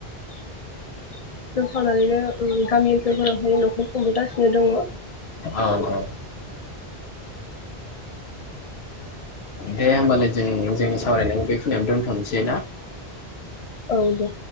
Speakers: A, on the left; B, on the left.
A: जों सावनानैनो गामि ओनसोलफोरावहाय न'खर खुंबोगासिनो दङ।
B: औ औ दे होनबालाय। जों जोंनि सावरायनायखौ बे खिनियाव दोनथ'नोसै ना?
A: औ दे